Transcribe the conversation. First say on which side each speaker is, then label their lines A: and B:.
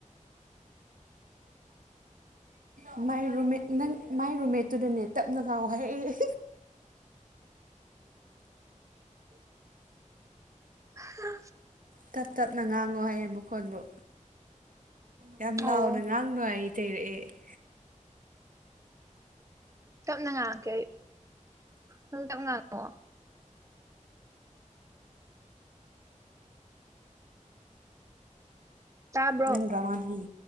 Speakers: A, on the right (about 90°); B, on the right (about 25°).
A: ꯃꯥꯏ ꯔꯨꯝꯃꯦꯠ ꯅꯪ ꯃꯥꯏ ꯔꯨꯝꯃꯦꯠꯇꯨꯗꯅꯦ ꯇꯞꯅ ꯉꯥꯎ ꯍꯥꯏ
B: ꯍꯥ
A: ꯇꯞ ꯇꯞꯅ ꯉꯥꯡꯉꯣ ꯍꯥꯏꯌꯦ ꯃꯈꯣꯟꯗꯨꯣ ꯌꯥꯝ
B: ꯑꯣ
A: ꯂꯥꯎꯅ ꯉꯥꯡꯅꯅꯨꯡꯥꯏ ꯑꯩ ꯆꯩꯩꯔꯛꯑꯦ
B: ꯇꯞꯅ ꯉꯥꯡꯉꯛꯀꯦ ꯑꯩ ꯅꯪ ꯇꯞ ꯉꯥꯡꯉꯛꯑꯣ ꯇꯥꯕ꯭ꯔꯣ
A: ꯅꯪ ꯔ꯭ꯔꯃꯗꯂꯤ